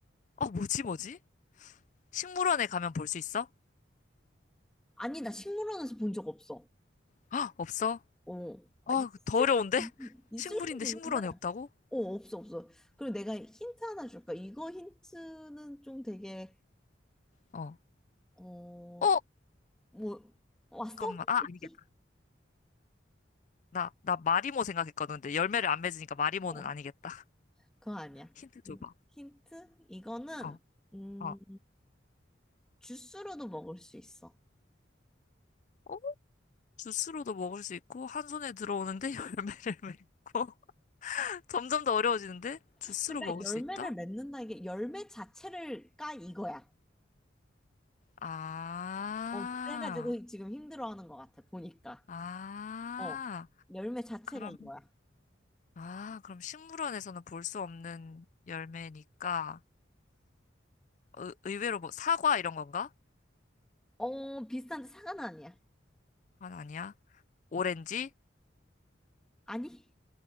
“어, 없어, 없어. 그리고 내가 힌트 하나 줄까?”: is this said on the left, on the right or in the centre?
Centre